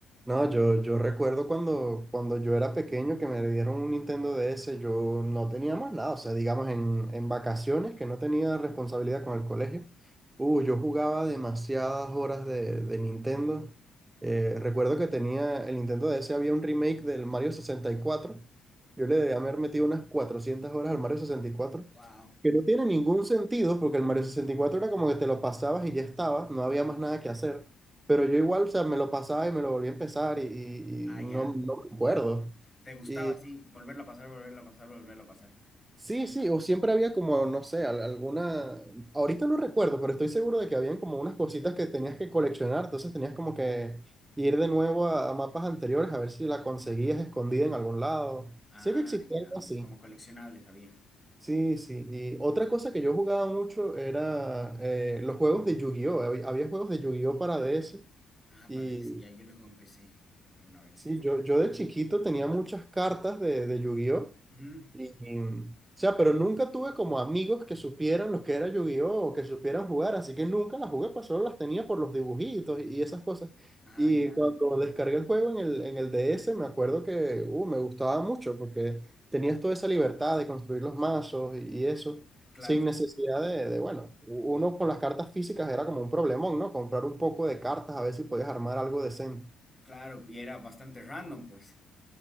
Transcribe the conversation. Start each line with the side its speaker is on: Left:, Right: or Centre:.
Right: No, yo, yo recuerdo cuando, cuando yo era pequeño que me dieron un Nintendo DS, yo no tenía más nada, o sea, digamos en, en vacaciones que no tenía responsabilidad con el colegio. Uh, yo jugaba demasiadas horas de, de Nintendo. Eh, recuerdo que tenía el Nintendo DS, había un remake del Mario 64. Yo le debía haber metido unas 400 horas al Mario 64
Left: Wow,
Right: que no tiene ningún sentido porque el Mario 64 era como que te lo pasabas y ya estaba, no había
Left: sí.
Right: más nada que hacer. Pero yo igual, o sea, me lo pasaba y me lo volví a empezar y, y-
Left: Ah,
Right: y
Left: ya.
Right: no, no me acuerdo.
Left: Te gustaba
Right: Y
Left: así, volverlo a pasar, volverlo a pasar, volverlo a pasar.
Right: sí, sí, o siempre había como, no sé, al- alguna... Ahorita no recuerdo, pero estoy seguro de que habían como unas cositas que tenías que coleccionar, entonces tenías como que ir de nuevo a, a mapas anteriores a ver si la conseguías escondida en algún lado.
Left: Ah,
Right: Sé que existía
Left: ya,
Right: algo así.
Left: como coleccionable sabía.
Right: Sí, sí. Y otra cosa que yo jugaba mucho era eh, los juegos de Yu-Gi-Oh! Había, había juegos de Yu-Gi-Oh! para DS.
Left: Ah,
Right: Y
Left: padre, ese, ya, yo lo jugué luego empecé alguna vez.
Right: sí, yo, yo de chiquito tenía muchas cartas de, de Yu-Gi-Oh!
Left: Ujú.
Right: Y, mm, o sea, pero nunca tuve como amigos que supieran lo que era Yu-Gi-Oh! o que supieran jugar, así que nunca las jugué, pues solo las tenía por los dibujitos y y esas cosas.
Left: Ah,
Right: Y
Left: ya,
Right: cuando descargué el juego en el, en el DS, me acuerdo que uh, me gustaba mucho porque tenías toda esa libertad de construir los mazos y, y eso,
Left: claro,
Right: sin necesidad de, de, bueno, u- uno con las cartas físicas era como un problemón, ¿no? Comprar un poco de cartas a ver si podías armar algo decente.
Left: claro, y era bastante random, pues.